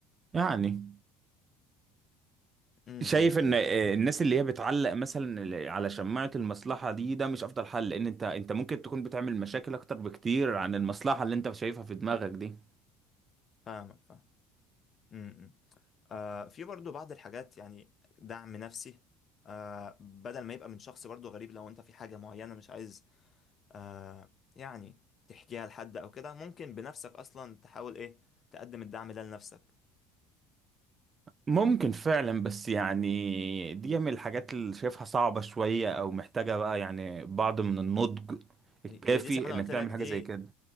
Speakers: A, on the right; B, on the left.
A: يعني
B: امم
A: شايف
B: إمم.
A: ان آه، الناس اللي هي بتعلق مثلا ال- على شماعة المصلحة دي ده مش افضل حل لان انت انت ممكن تكون بتعمل مشاكل اكتر بكتير عن المصلحة اللي انت شايفها في دماغك دي
B: فاهمك فاهم امم إمم. آه في برضو بعض الحاجات يعني دعم نفسي آه بدل ما يبقى من شخص برضو غريب لو انت في حاجة معينة مش عايز آه يعني تحكيها لحد او كده ممكن بنفسك اصلا تحاول ايه تقدم الدعم ده لنفسك
A: ممكن فعلا بس يعني دي من الحاجات اللي شايفها صعبة شوية او محتاجة بقى يعني بعض من النضج الكافي
B: هي دي زي ما انا
A: انك
B: قلت
A: تعمل
B: لك دي
A: حاجة زي كده